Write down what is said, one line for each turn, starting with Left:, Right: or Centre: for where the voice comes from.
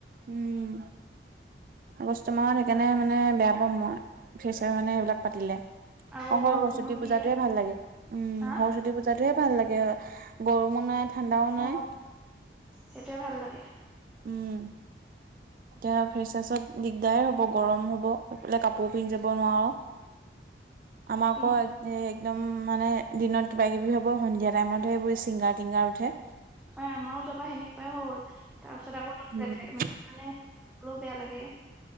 Right: উম। আগষ্ট মাহত সেইকাৰণে মানে বেয়া পাম মই ফ্ৰেচাৰ কাৰনে এইবিলাক পাতিলে
Centre: আকৌ
Right: অকল
Centre: বৰষুণো
Right: সৰস্বতী পূজাটোয়ে
Centre: দিয়ে
Right: ভাল লাগে উম
Centre: হা
Right: সৰস্বতী পূজাত তে ভাল লাগে গৰমো নাই ঠাণ্ডাও
Centre: অ
Right: নাই।
Centre: সেইটোৱে ভাল লাগে।
Right: উম। এতিয়া ফ্ৰেছাৰ্ছত দিগদাৰ হ'ব গৰম হ'ব এফালে কাপোৰ পিন্ধি যাব নোৱাওঁ। আমাৰ
Centre: পিন
Right: ক এক একদম মানে দিনত কিবা কিবি হ'ব সন্ধিয়া টাইমতহে এইবোৰ চিংগাৰ টিংগাৰ উঠে
Centre: হয় আমাৰো যাৱাবা সেনেকুৱাই হ'ল তাৰ পিছত আকৌ
Right: উম
Centre: ত মানে মানে কলও বেয়া লাগে